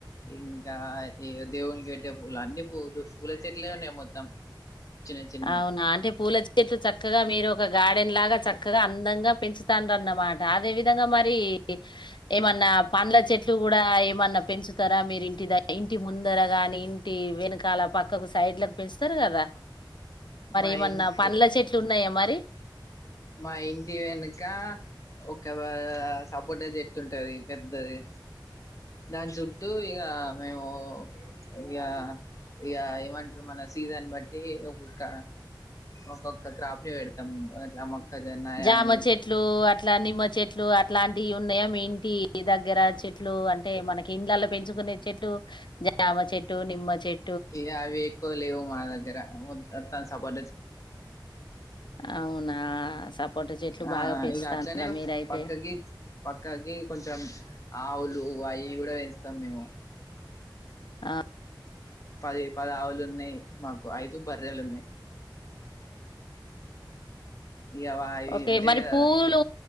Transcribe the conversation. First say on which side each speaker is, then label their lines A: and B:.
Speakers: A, on the left; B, on the left.
A: ఇంకా దేవునికి పెట్టే పూలు అన్ని పూలు పూల చెట్లే ఉన్నాయి మొత్తం చిన్న చిన్నవి
B: అవునా అంటే పూల చెట్లు చ చక్కగా మీరు ఒక గార్డెన్ లాగా చక్కగా అందంగా పెంచుతాన్ దన్నమాట అదే విధంగా మరి ఏమన్నా పండ్ల చెట్లు కూడా ఏమన్నా పెంచుతారా మీరు ఇంటి ద ఇంటి ముందర గాని ఇంటి వెనకాల పక్కకు సైడ్ల కు పెంచుతారు కదా
A: మై
B: ఏమన్నా పండ్ల
A: ఇ
B: చెట్లు ఉన్నాయా మరి
A: మ ఇంటి వెనుక ఒక క సపోటా చెట్టుంటది పెద్దది దాని చుట్టూ ఇక మేము ఇక ఇక ఏమంటారు మన సీజన్ బట్టి ఒక్కొక్క ఒక్కొక్క క్రాప్ ని పెడతాం అట్లా మొక్కజొన్న
B: జామ
A: అని
B: చెట్లు అట్లా నిమ్మ చెట్లు అట్లాంటివి ఉన్నాయా మీ ఇంటి దగ్గర చెట్లు లు అంటే మనకి ఇండ్ల లా పెంచుకునే చెట్లు జామ చెట్టు నిమ్మ చెట్
A: ఏ అవి ఎక్కువ లేవు మా దగ్గర తను సపోటా చెట్
B: అవునా సపోటా చెట్లు
A: ఆ
B: బాగా పెంచుతారా
A: ఇగ అట్లనే
B: మీరైతే
A: పక్కకి పక్కకి కొంచెం ఆవులు అవి కూడా పెంచుతాము మేము
B: ఆ
A: పది పది ఆవులు ఉన్నాయి్ మాకు ఐదు బర్రెలు ఉన్నాయి ఇగ వా అయి
B: ఓకే
A: ఉంటాయి
B: మరి
A: కదా
B: పూలు